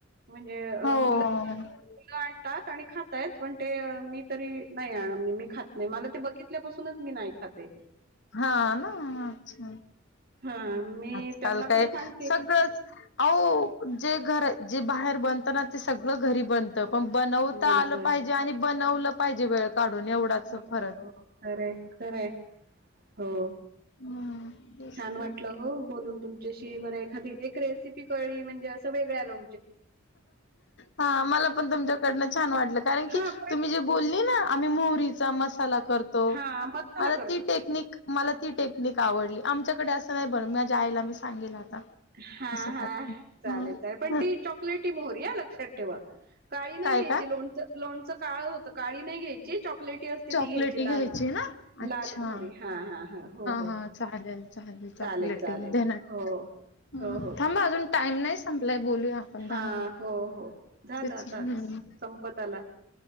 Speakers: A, on the right; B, on the left.
A: म्हणजे
B: हो
A: मुलं मुलं आणतात आणि खातायेत पण ते मी तरी नाही म्हणजे मी खात नाही मला ते बघितल्यापासूनच मी नाही खाते
B: हा ना अच्छा
A: हा मी
B: आजकाल
A: त्यांना
B: काय
A: पण सांगते
B: सगळंच अह जे घर जे बाहेर बनत ना ते सगळ घरी बन पण बनवता
A: नंतर
B: आलं पाहिजे आणि बनवलं पाहिजे वेळ काढून एवढाच
A: हो
B: फरक आहे.
A: खर खरं हो
B: हम बसतय.
A: छान वाटलं हो बोलून तुमशी बर एखादी एक रेसिपी कळळी म्हणजे असं वेगळ्या लों
B: हा मला पण तुमच्याकडन छान वाटलं. कारण की
A: हा पण
B: तुम्ही जे बोले ना आम्ही हीचा मसाला करतो,
A: हा मसाला
B: मला
A: करतो
B: ती टेक्निक मला ती टेक्निक नीक आवडली आमच्याकडे असं नाही बर मझ्या आयला मी सांगेल आता.
A: हा
B: असं
A: हा
B: करता
A: चालेल
B: हं,
A: चालेल पण
B: हं.
A: तीच चॉकलेटी मोहरी अ लक्षात ठेवा काळी
B: काय
A: नाही घ्यायची
B: काय?
A: लोणचं लोणचं काळं होतं काळी नाही घ्यायची चॉकलेट टी असते
B: चॉकलेटी
A: ती घ्यायची लाल
B: ना अच्छा
A: लाल मोहरी हा हा हा हो हो.
B: हा चालेल चॉकलेटी
A: चालेल चालेल
B: देणार
A: हो
B: हं
A: हो हो.
B: थांबा अजून टाइम नाही संपलाय बोलूया आपण
A: हा
B: दहा
A: हो हो झालं
B: तेच
A: आता
B: हं
A: संपत आला.